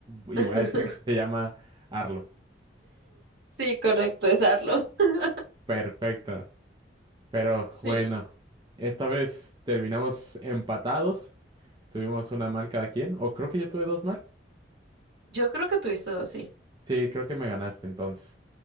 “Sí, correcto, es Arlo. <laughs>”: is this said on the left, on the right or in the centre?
Right